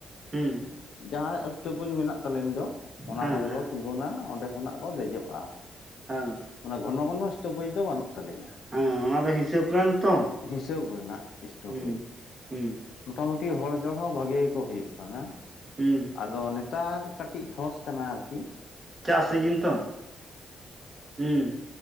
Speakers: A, on the right (about 20°); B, on the left (about 75°).
A: ᱦᱩᱸ
B: ᱡᱟᱦᱟᱸ ᱥᱴᱚᱯᱤᱡᱽ ᱢᱮᱱᱟᱜ ᱛᱟᱞᱮᱱ ᱫᱚ ᱚᱱᱟ
A: ᱦᱮᱸ
B: ᱠᱚ ᱨᱮ
A: ᱦᱮᱸ
B: ᱠᱚ ᱛᱤᱸᱜᱩᱱᱟ ᱚᱸᱰᱮ ᱠᱷᱚᱱᱟᱜ ᱠᱚ ᱫᱮᱡᱚᱜ-ᱟ᱾
A: ᱦᱮ
B: ᱚᱱᱟ ᱜᱷᱚᱱᱚ ᱜᱷᱚᱱᱚ ᱥᱴᱚᱯᱤᱡᱽ ᱫᱚ ᱵᱟᱹᱱᱩᱜ ᱛᱟᱹᱞᱤᱧᱟ
A: ᱦᱩᱮᱸ ᱚᱱᱟ ᱫᱚ ᱦᱤᱥᱟᱹᱵ ᱜᱟᱱ ᱛᱚ
B: ᱦᱤᱥᱟᱹᱵ
A: <inaudible>
B: ᱨᱮᱱᱟᱜ ᱥᱴᱚᱯᱮᱡᱽ
A: ᱦᱩᱸ ᱦᱩᱸᱼᱼ
B: ᱢᱚᱴᱟᱢᱩᱴᱤ ᱦᱚᱲ ᱡᱚᱲ ᱦᱚᱸ ᱵᱷᱟᱜᱮ ᱜᱮ ᱠᱚ ᱦᱩᱭᱩᱜ ᱠᱟᱱᱟ᱾
A: ᱦᱩᱸ᱾
B: ᱟᱫᱚ ᱱᱮᱛᱟᱨ ᱠᱟᱹᱴᱤᱡ ᱴᱷᱚᱥ ᱠᱟᱱᱟ ᱟᱨᱠᱤᱼᱼ
A: ᱪᱟᱥ ᱥᱤᱡᱤᱱ ᱛᱚ ᱦᱩᱸ